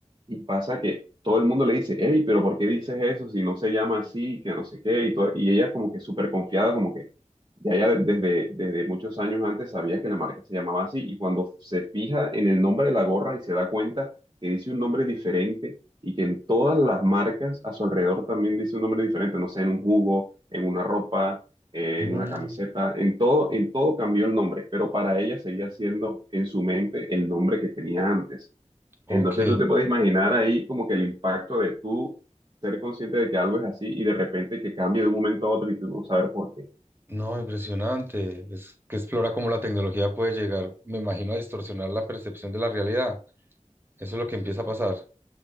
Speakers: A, on the right; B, on the right.
A: y pasa que todo el mundo le dice, hey, pero ¿por qué dices eso si no se llama así, que no sé qué? Y, todo- y ella como que súper confiada, como que ya ella desde, desde muchos años antes sabía que la marca se llamaba así y cuando se fija en el nombre de la gorra y se da cuenta que dice un nombre diferente y que en todas las marcas a su alrededor también dice un nombre diferente, no sé, en un jugo, en una ropa, eh,
B: mm.
A: en una camiseta, en todo, en todo cambió el nombre, pero para ella seguía siendo en su mente el nombre que tenía antes.
B: Ok,
A: Entonces tú te puedes imaginar ahí como que el impacto de tú ser consciente de que algo es así y de repente que cambie de un momento a otro y tú no saber por qué.
B: no, impresionante. Es que explora cómo la tecnología puede llegar, me imagino, a distorsionar la percepción de la realidad. Eso es lo que empieza a pasar.